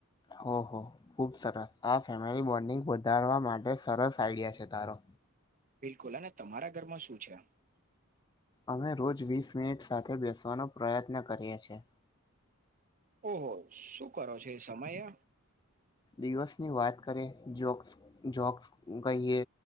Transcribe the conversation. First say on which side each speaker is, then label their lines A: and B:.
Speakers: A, on the left; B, on the right.
A: હો હો ખૂબ સરસ આ ફેમિલી બોન્ડિંગ વધારવા માટે સરસ આઈડિયા છે તારો.
B: બિલકુલ અને તમારા ઘરમાં શું છે?
A: અમે રોજ વીસ મિનિટ સાથે બેસવાનો પ્રયત્ન કરીએ છીએ.
B: ઓહો શું કરો છો એ સમયે?
A: દિવસની વાત કરે જોક્સ જોક્સ કહીએ.